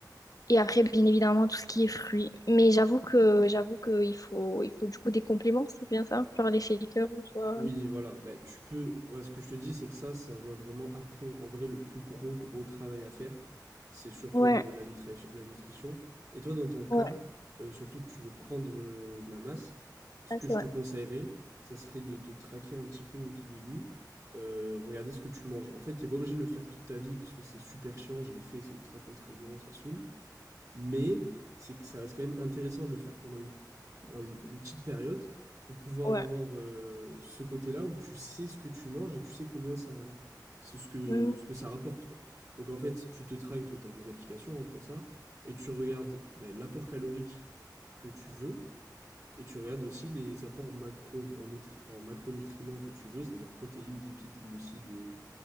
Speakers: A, on the left; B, on the right.
A: Et après, bien évidemment, tout ce qui est fruits. Mais j'avoue que j'avoue que il faut, il faut du coup des compléments, c'est bien ça? Genre les shakers ou soit...
B: Oui, voilà. Bah, tu peux. Ouais, ce que je te dis, c'est que ça, ça vient vraiment après. En vrai, le plus gros, gros travail à faire, c'est surtout
A: ouais
B: au niveau de la nutri- la nutrition. Et toi, dans ton cas,
A: Ouais,
B: euh, surtout que tu veux prendre euh, de la masse, ce
A: ça,
B: que
A: c'est
B: je
A: vrai.
B: te conseillerais, ça serait de te traquer un petit peu au tout début. euh, regarder ce que tu manges. En fait, t'es pas obligé de le faire toute ta vie parce que c'est super chiant, je l'ai fait, c'est ultra contraignant, ça saoule. Mais c'est que ça reste quand même intéressant de le faire pendant une un- une petite période pour pouvoir
A: Ouais.
B: avoir euh, ce côté-là où tu sais ce que tu manges et tu sais combien ça, c'est ce que,
A: Mm.
B: ce que ça rapporte, quoi. Donc en fait, tu te traques, toi, tu as des applications hein, pour ça, et tu regardes ben, l'apport calorique que tu veux, et tu regardes aussi les apports macro, en, nutri- en macronutriments que tu veux, c'est-à-dire protéines, lipides, glucides et,